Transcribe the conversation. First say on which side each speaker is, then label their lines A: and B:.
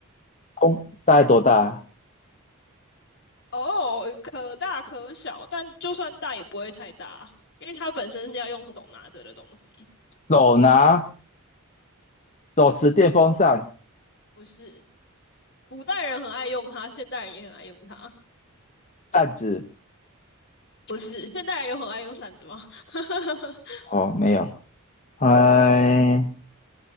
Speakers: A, on the left (about 35°); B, on the left (about 60°).
A: 空大概多大啊
B: 哦，可大可小，但就算大也不会太大，因为它本身是要用手拿着的东西。
A: 手拿手持电风扇、
B: 不是，古代人很爱用它，现代人也很爱用它。
A: 扇子。
B: 不是，现代人有很爱用伞子吗？<laughs>
A: 哦，没有。哎。